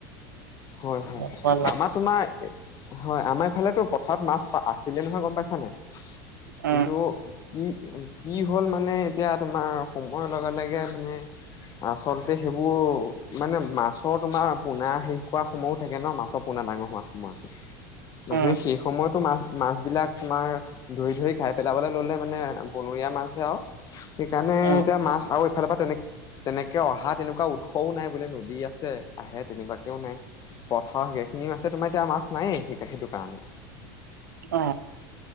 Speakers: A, on the left (about 40°); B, on the right (about 85°).
A: হয়, হয়
B: তোমাৰ
A: আমাৰ তোমাৰ হয় আমাৰ ইফালে টো পথাৰত মাছ আছিলে নহয় গম পাইছানে নাই। কিন্তু
B: উম,
A: কি কি হ'ল মানে এতিয়া তোমাৰ সময়ৰ লগে লগে মানে আচলতে সেইবোৰ মানে মাছৰ তোমাৰ পোনা শেষ। কিবা সময়ো থাকে ন মাছৰ পোনা ডাঙৰ হোৱা সময়তো। মানুহে
B: উম,
A: সেই সময়তো মাছ মাছবিলাক তোমাৰ ধৰি ধৰি খাই পেলাবলৈ ল'লে মানে বনৰীয়া মাছহে আৰু সেইকাৰণে
B: উম,
A: এতিয়া মাছ আৰু এইফালৰ পৰা তেনে তেনেকে অহা তেনেকুৱা উৎসও নাই বোলে নদী আছে আহে তেনেকুৱাকেও নাই। হয় সেইখিনি মাছে তোমাৰ এতিয়া মাছ। নাই এতিয়া সেইটো। প্ৰাণ
B: অ,